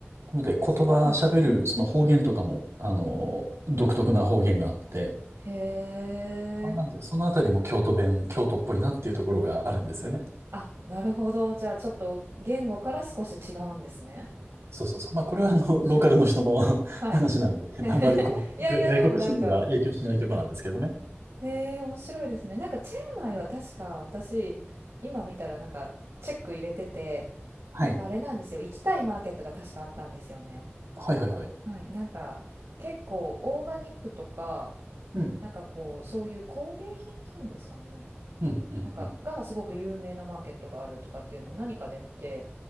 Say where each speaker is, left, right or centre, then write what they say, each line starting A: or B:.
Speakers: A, on the right; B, on the right.
A: なので、言葉喋る、
B: そうなんですね。
A: その方言とかも、あの、独特な方言があって、
B: へえ。
A: あなんで、そのあたりも京都弁、京都っぽいなっていうところがあるんですよね。
B: あ、なるほど。じゃあちょっと言語から少し違うんですね。
A: そうそうそう。まあ、これはあの、
B: え面白い。
A: ローカルの人の <laughs>
B: はい。
A: 話なんで、
B: <laughs>
A: あんまりこう、
B: いやいや、
A: が外国人には影響しないところなんですけどね。
B: でもなんか、へえ、面白いですね。なんかチェンマイは確か私、
A: うん
B: 今見たらなんかチェック入れてて、
A: はい。
B: なんかあれなんですよ。行きたいマーケットが確かあったんですよね。
A: はいはいはい。
B: はい。なんか結構オーガニックとか、
A: うん。
B: なんかこう、そういう工芸品っていうんですかね。
A: うん、うん、
B: なんかがすごく有名なマーケットがあるとかっていうのを何かで見て、
A: うん。